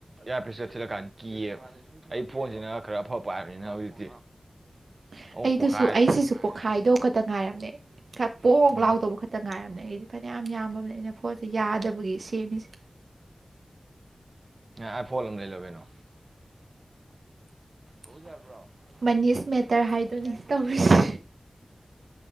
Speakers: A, on the right (about 45°); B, on the right (about 85°).
A: ꯏꯌꯥꯔꯄꯦꯁ ꯆꯠ ꯊꯤꯜꯂꯀꯥꯟꯗ ꯀꯤꯌꯦꯕ ꯑꯩ ꯐꯣꯟꯁꯤꯅ ꯈꯔ ꯑꯐꯕ ꯄꯥꯏꯕꯅꯤꯅ ꯍꯧꯖꯤꯛꯇꯤ
B: ꯎ
A: ꯑꯣ ꯄꯣꯈꯥ
B: ꯁ ꯑꯩꯁꯤꯁꯨ ꯄꯣꯛꯈꯥꯏꯗꯧ ꯈꯛꯇ ꯉꯥꯏꯔꯝꯃꯦ ꯈ ꯄꯣꯛꯣꯛ
A: ꯎꯝ
B: ꯂꯥꯎꯗꯧꯕ ꯈꯛꯇ ꯉꯥꯏꯔꯝꯃꯦ ꯑꯩꯗꯤ ꯐꯅꯌꯥꯝ ꯌꯥꯝ ꯑꯩꯅ ꯐꯣꯟꯁꯦ ꯌꯥꯗꯕꯒꯤ ꯁꯦꯝꯃꯤꯁꯦ
A: ꯑꯩ ꯐꯣꯟ ꯑꯃ ꯂꯩ ꯂꯣ ꯀꯩꯅꯣ ꯀꯣꯗꯕ꯭ꯔꯣ
B: ꯃꯅꯤꯁ ꯃꯦꯇꯔ
A: ꯁ
B: ꯍꯥꯏꯗꯨꯅꯤ
A: ꯃꯦꯇꯔ ꯍꯥꯏ
B: ꯇꯧꯔꯤꯁꯦ